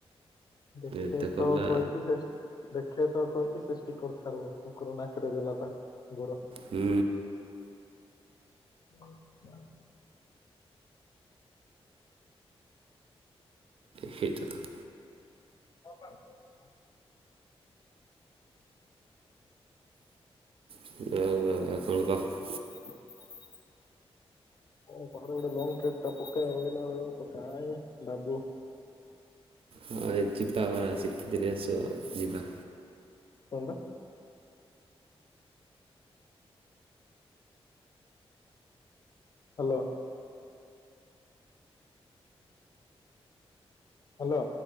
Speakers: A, on the left; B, on the right.
A: ଦେଖେ
B: ଏତେ କଲା
A: ତ କହିକି ସେ ଦେଖିଆ ତ କହିକି ସେ ଷ୍ଟିକର୍ ଛାଡୁ, କୁକୁର ନାକରେ ଦେଲା ତା ଗୋଡ।
B: ହୁଁ।
A: <inaudible>
B: ହେଇଟା ତ।
A: <inaudible>
B: <unintelligible>
A: <unintelligible> ହ କୁଆଡେ ଗୋଟେ ଲଙ୍ଗ୍ ଟ୍ରିପ୍ ଟା ପକେଇବା କହିଲା ବେଳକୁ ତ କାଇଁ ବାବୁ।
B: ହଁ ଏ ଯିବା ବା ଶୀତ ଦିନ ଆସୁ ଯିବା।
A: କଣ ଟା? ହ୍ୟାଲୋ। ହ୍ୟାଲୋ।